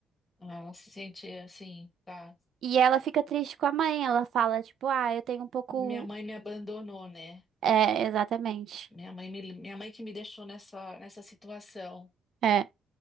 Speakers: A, on the left; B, on the right.
A: Ah, Ela se sente assim, tá?
B: E ela fica triste com a mãe, ela fala, tipo, ah, eu tenho um pouco.
A: Minha mãe me abandonou, né?
B: É, exatamente.
A: Minha mãe, me, minha mãe que me deixou nessa, nessa situação.
B: É.